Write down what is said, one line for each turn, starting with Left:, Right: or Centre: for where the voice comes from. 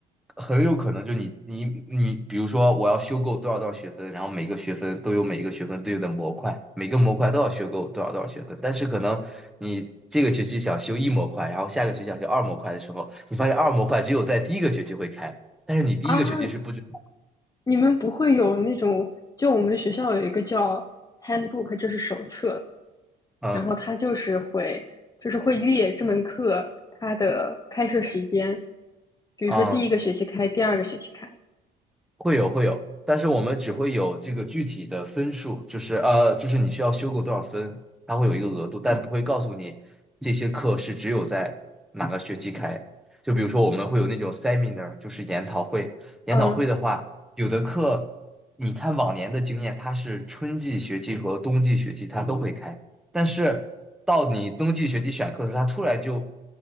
Centre: 很有可能就你你你，比如说我要修够多少多少学分，然后每个学分都有每一个学分对应的模块，每个模块都要修够多少多少学分，但是可能你这个学期想修一模块，然后下个学期想修二模块的时候，你发现二模块只有在第一个学期会开，但是你第一个学期是不知道
Left: 啊，你们不会有那种，就我们学校有一个叫 handbook，这是手册，
Centre: 嗯
Left: 然后它就是会就是会列这门课它的开设时间，比如说第一个学期开，
Centre: 嗯。
Left: 第二个学期开。
Centre: 会有会有，但是我们只会有这个具体的分数，就是呃，就是你需要修够多少分，它会有一个额度，但不会告诉你这些课是只有在哪个学期开。就比如说我们会有那种 seminar，就是研讨会。研讨会的话，
Left: 嗯，
Centre: 有的课你看往年的经验，它是春季学期和冬季学期它都会开，但是到你冬季学期选课的时候，它突然就